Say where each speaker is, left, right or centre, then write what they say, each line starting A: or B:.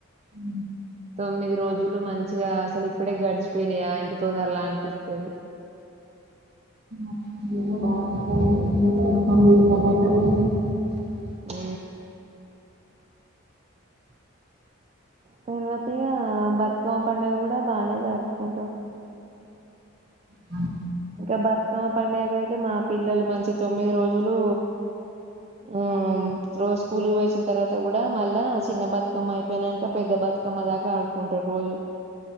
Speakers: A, on the right; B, on the right.
A: ఉ
B: తొమ్మిది రోజులు మంచిగా అసలు ఇప్పుడే గడిచిపోయినాయా ఇంత తొందరలా అనిపిస్తది.
A: <unintelligible>
B: ఉ తర్వాతిగా బతుకమ్మ పండుగ కూడా బానే జరుపుకుంటాం.
A: మ్
B: ఇంకా బతుకమ్మ పండగ అయితే మా పిల్లలు మంచిగా తొమ్మిది రోజులు ఉమ్ రోజు స్కూల్ కి పోయోచ్చిన తర్వాత కూడా మళ్ళా చిన్న బతుకమ్మ అయిపోనాక పెద్ద బత్ బతుకమ్మ దాకా ఆడుకుంటారు రోజు